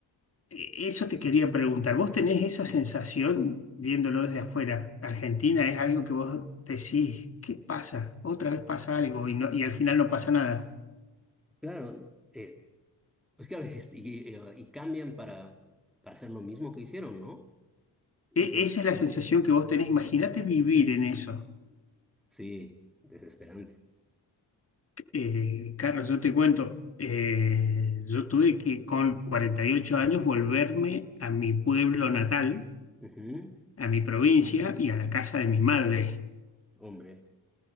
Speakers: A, on the left; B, in the centre.
A: E- Eso te quería preguntar. ¿Vos tenés esa sensación viéndolo desde afuera? Argentina es algo que vos decís, ¿qué pasa? Otra vez pasa algo y, no- y al final no pasa nada.
B: Claro, eh, pues claro, <laughs> y, y- y cambian para, para hacer lo mismo que hicieron, ¿no?
A: E-
B: Eso,
A: esa es la sensación que vos tenés. Imagínate vivir
B: sí,
A: en eso.
B: sí, desesperante.
A: Eh, Carlos, yo te cuento, eh, yo tuve que con 48 años volverme a mi pueblo natal,
B: Ujú,
A: a mi provincia y a la casa de mis madres,
B: Hombre,